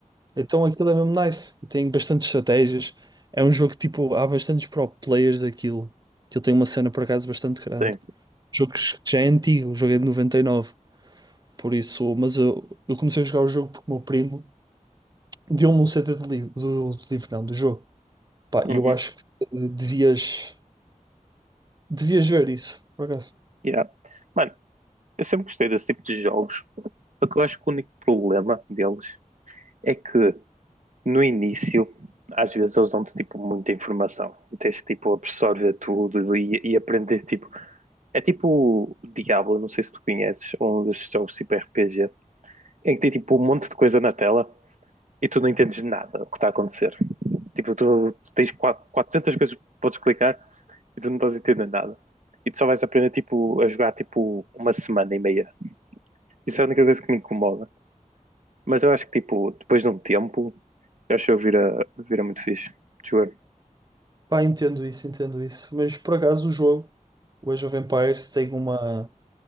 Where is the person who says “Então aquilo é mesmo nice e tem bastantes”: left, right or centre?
Right